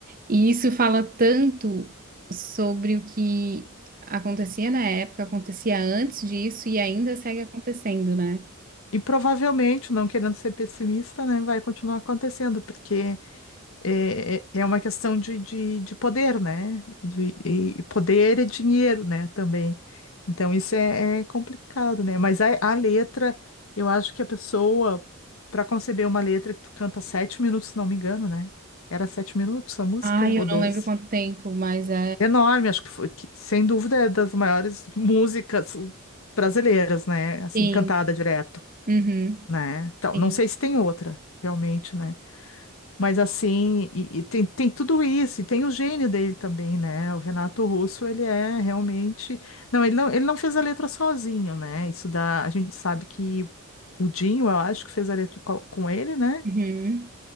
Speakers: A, on the right (about 40°); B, on the left (about 65°).
A: E isso fala tanto sobre o que acontecia na época, acontecia antes disso e ainda segue acontecendo, né?
B: E provavelmente, não querendo ser pessimista, né, vai continuar acontecendo, porque é, é é uma questão de, de, de poder, né? De, e poder é dinheiro, né? Também. Então, isso é, é complicado, né? Mas a, a letra, eu acho que a pessoa, para conceber uma letra que tu canta sete minutos, se não me engano, né? Era sete minutos a música,
A: Ai,
B: ou
A: eu
B: doze?
A: não lembro quanto tempo, mas é.
B: Enorme, acho que foi, que, sem dúvida, é das maiores músicas brasileiras, né? Assim,
A: Sim.
B: cantada direto,
A: Uhum.
B: né? Então,
A: Sim.
B: não sei se tem outra, realmente, né? Mas assim, e, e tem, tem tudo isso, e tem o gênio dele também, né? O Renato Russo, ele é realmente. Não, ele não, ele não fez a letra sozinho, né? Isso dá. A gente sabe que o Dinho, eu acho que fez a letra co- com ele, né?
A: Uhum.